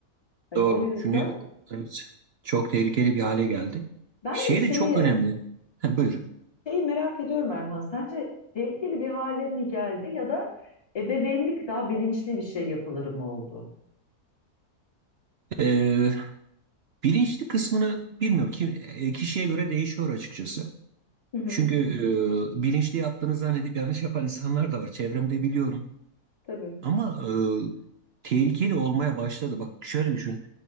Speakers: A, on the left; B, on the right.
A: Hani
B: doğru.
A: o yüzden
B: Çünkü evet, çok tehlikeli bir hale geldi.
A: ben
B: Şey
A: de şeyi
B: de çok önemli. Ha, buyur.
A: Şeyi merak ediyorum Erhan, sence tehlikeli bir hale mi geldi ya da ebeveynlik daha bilinçli bir şey yapılır mı oldu?
B: Ee, bilinçli kısmını bilmiyorum ki e, kişiye göre değişiyor açıkçası.
A: Hı hı.
B: Çünkü e, bilinçli yaptığını zannedip yanlış yapan insanlar da var. Çevremde biliyorum.
A: Tabii,
B: Ama e, tehlikeli olmaya başladı. Bak şöyle düşün.